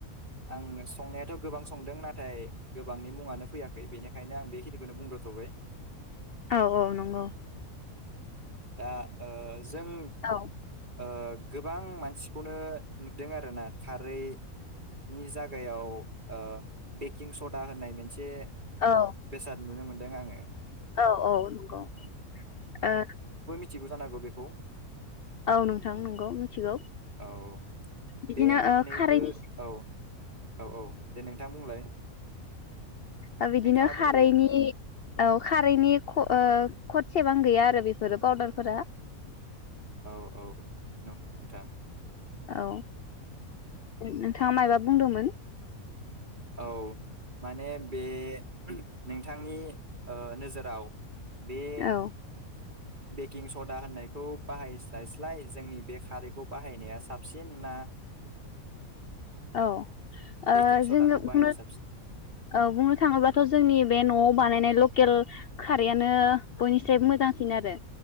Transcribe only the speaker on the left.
औ औ नंगौ
औ
औ
औ- औ नंगौ। ओ
औ नोंथां नंगौ मिथिगौ
बिदिनो
ओ खारैनि
ओ बिदिनो
खारैनि
औ खारैनि ओ खटसेबां गैया आरो बेफोरो फावउदारफोरा।
औ नों थाङा मायबा बुंदोंमोन?
औ
औ ओ
जोङो
बुंनो
औ बुंनो थाङोबाथ जोंनि बे नआव बानायनाय ल केल खारैयानो बयनिफ्राय मोजांसिन आरो।